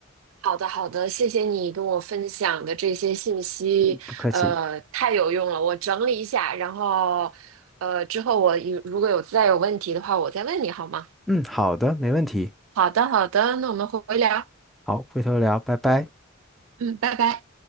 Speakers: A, on the right; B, in the centre.
A: 好的，好的，谢谢你跟我分享的这些信息，
B: 嗯，不客气。
A: 呃，太有用了。我整理一下，然后，呃，之后我有如果有再有问题的话，我再问你好吗？
B: 嗯，好的，没问题。
A: 好的，好的，那我们回聊，
B: 好，回头聊，拜拜。
A: 嗯，拜拜。